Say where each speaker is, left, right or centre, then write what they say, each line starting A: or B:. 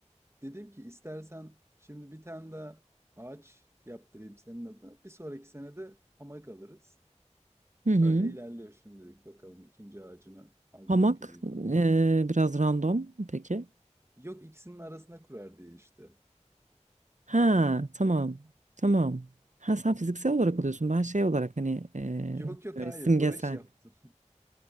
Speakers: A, on the right (about 20°); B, on the right (about 90°).
A: Dedim ki istersen şimdi bir tane daha ağaç yaptırayım senin adına. Bir sonraki sene de hamak alırız.
B: Hı hı.
A: Öyle ilerliyor şimdilik bakalım ikinci ağacını alacak
B: Hamak
A: gibiyim.
B: ee, biraz random. Peki.
A: Yok ikisinin arasına kurar diye işte.
B: Ha tamam. Tamam. Ha sen fiziksel olarak alıyorsun. Ben şey olarak hani eee,
A: Yok yok
B: böyle
A: hayır
B: simgesel.
A: bağış yaptım. <laughs>